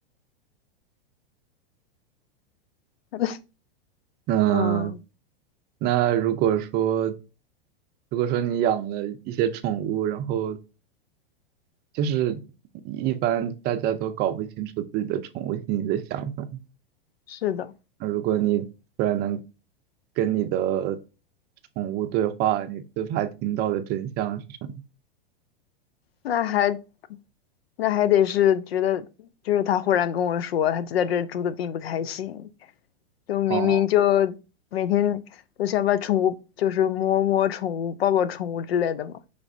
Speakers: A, on the left; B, on the right.
A: <laughs>，
B: 那
A: 嗯，
B: 那如果说如果说你养了一些宠物，然后就是一般大家都搞不清楚自己的宠物心里的想法，
A: 是的，
B: 那如果你突然能跟你的宠物对话，你最怕听到的真相是什么？
A: 那还那还得是觉得，就是他忽然跟我说，他就在这儿住的并不开心，就明明就
B: 哦，
A: 每天都想把宠物，就是摸摸宠物、抱抱宠物之类的嘛。